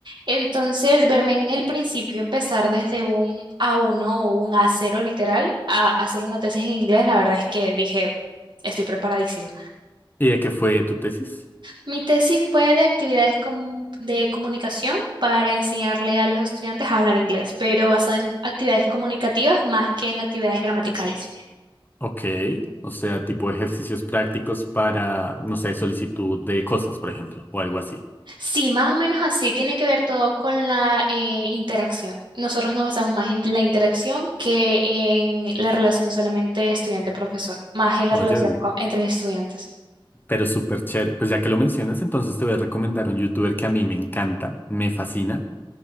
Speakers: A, on the right; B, on the left.
A: Entonces, verme en el principio empezar desde un a uno o un a cero literal a hacer una tesis en inglés, la verdad es que dije, estoy preparadísima.
B: de qué fue tu tesis?
A: Mi tesis fue de actividades com- de comunicación para enseñarle a los estudiantes a hablar inglés, pero basado en actividades comunicativas más que en actividades gramaticales.
B: Ok. O sea, tipo ejercicios prácticos para, no sé, solicitud de cosas, por ejemplo, o algo así.
A: Sí, más o menos así, tiene que ver todo con la eh, interacción. Nosotros nos basamos más en la interacción que en la relación solamente estudiante-profesor, más en la
B: Oye,
A: relación co- entre estudiantes.
B: Pero súper chévere. Pues ya que lo mencionas, entonces te voy a recomendar un youtuber que a mí me encanta, me fascina.